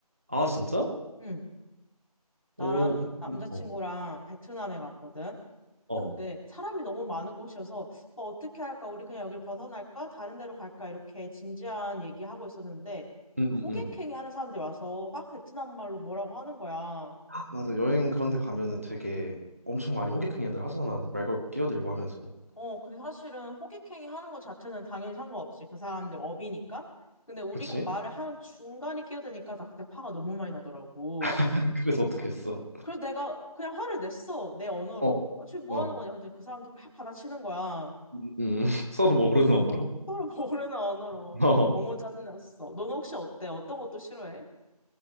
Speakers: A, on the right; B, on the left.
A: 아, 진짜?
B: 응, 나랑
A: 오, 그렇군.
B: 남자친구랑
A: 어,
B: 베트남에 갔거든.
A: 어.
B: 근데 사람이 너무 많은 곳이어서, 뭐 어떻게 할까? 우리 그냥 여길 벗어날까? 다른 데로 갈까? 이렇게 진지한 얘기하고 있었는데,
A: 음,
B: 그
A: 음,
B: 호객행위
A: 음.
B: 하는 사람들이 와서 막 베트남 말로 뭐라고 하는 거야.
A: 아, 맞아. 여행 그런 데 가면은 되게 엄청 많이 호객행위들 하잖아. 말 걸고 끼어들고 하면서.
B: 어, 근데 사실은 호객행위 하는 것 자체는 당연히 상관없지. 그 사람들 업이니까. 근데 우리가
A: 그치?
B: 말을 하는 중간에 끼어드니까 나 그때 화가 너무 많이 나더라고.
A: <laughs> 그래서 어떻게 했어?
B: 그래서 내가 그냥 화를 냈어. 내 언어로.
A: 어,
B: 어, 지금 뭐
A: 어.
B: 하는 거냐? 그랬더니 그 사람도 막 받아치는 거야.
A: 음, 음, <laughs> 서로 모르는 언어로?
B: 서로 <laughs> 모르는 언어로.
A: <laughs>
B: 그때
A: 어.
B: 너무 짜증났어. 너는 혹시 어때? 어떤 것도 싫어해?